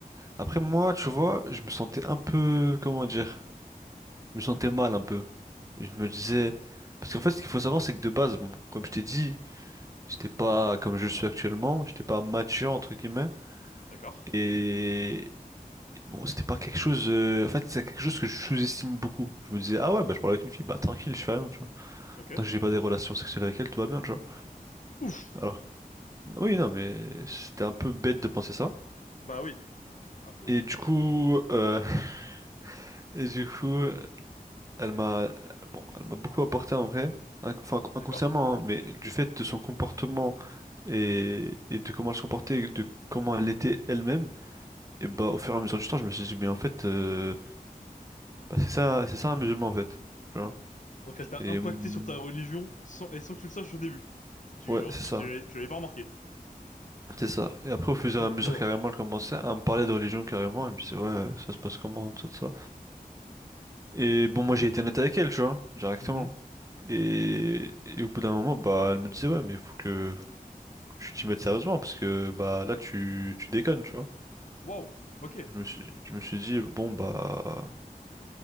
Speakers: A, on the right; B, on the left.
A: Après, moi, tu vois, je me sentais un peu, comment dire, je me sentais mal un peu. Je me disais, parce qu'en fait, ce qu'il faut savoir, c'est que de base, bon, comme je t'ai dit, J'étais pas comme je le suis actuellement, j'étais pas mature entre guillemets.
B: D'accord.
A: Et bon, c'était pas quelque chose. euh, En fait, c'est quelque chose que je sous-estime beaucoup. Je me disais, ah ouais, bah je parle avec une fille, bah tranquille, je fais rien, tu vois.
B: Ok.
A: Tant que j'ai pas des relations sexuelles avec elle, tout va bien, tu vois.
B: Ouf.
A: Alors, oui, non, mais c'était un peu bête de penser ça.
B: Bah oui. Un peu.
A: Et du coup, euh, <laughs> et du coup, elle m'a, bon, elle m'a beaucoup apporté en vrai, inc- enfin inconsciemment,
B: D'accord.
A: hein, mais du fait de son comportement et, et de comment elle se comportait, et de comment elle était elle-même. Et bah, au fur et à mesure du temps, je me suis dit, mais en fait, euh, bah, c'est ça, c'est ça un musulman, en fait. Tu vois?
B: Donc elle t'a
A: Et
B: impacté
A: mm,
B: sur ta religion sans, et sans que tu le saches au début. Tu,
A: ouais,
B: genre,
A: c'est
B: tu,
A: ça.
B: tu l'avais tu l'avais pas remarqué.
A: C'est ça. Et après, au fur et
B: D'accord.
A: à mesure, carrément, elle commençait à me parler de religion, carrément. Elle me disait, ouais, ça se passe comment, tout ça. Et bon, moi, j'ai été net avec elle, tu vois, directement.
B: Mhm.
A: Et, et au bout d'un moment, bah, elle me disait, ouais, mais faut que, faut que tu t'y mettes sérieusement, parce que, bah, là, tu, tu déconnes, tu vois.
B: Waouh. Ok.
A: Je me suis, je me suis dit, bon, bah,